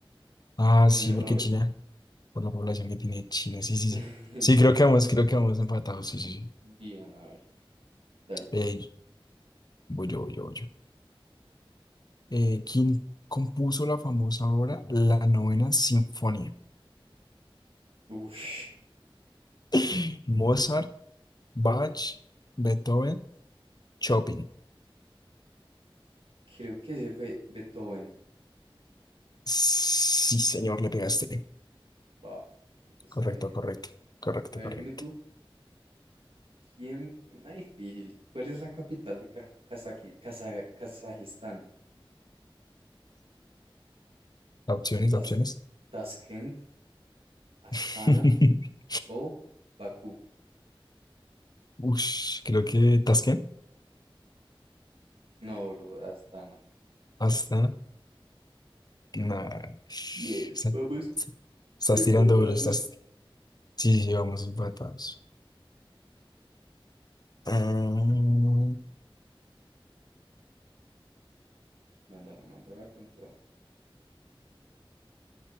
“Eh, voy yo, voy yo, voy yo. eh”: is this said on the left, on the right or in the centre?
Left